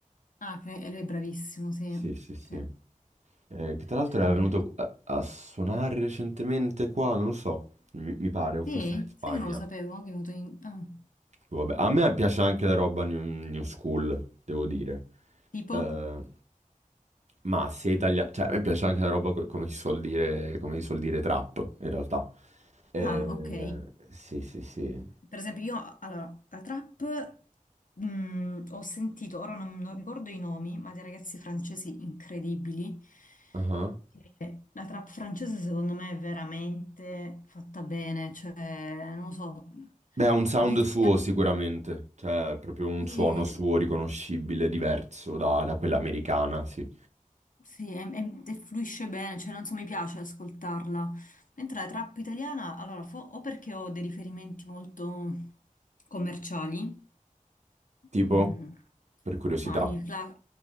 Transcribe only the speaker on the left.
Ah, che- e lui è bravissimo, sì.
Sì.
Sì.
eh.
Sì?
Sai che non lo sapevo che è venuto in... ah,
tipo?
Ah, ok.
Per esempio, io, allora, la trap mh, ho sentito, ora non, non ricordo i nomi, ma dei ragazzi francesi incredibili.
Che La trap francese secondo me è veramente fatta bene, cioè, non lo so,
di italiani...
Sì,
Sì, e, e- e fluisce bene, cioè non so, mi piace ascoltarla. Mentre la trap italiana, allora, fo- o perché ho dei riferimenti molto commerciali,
mm,
ma i, cla-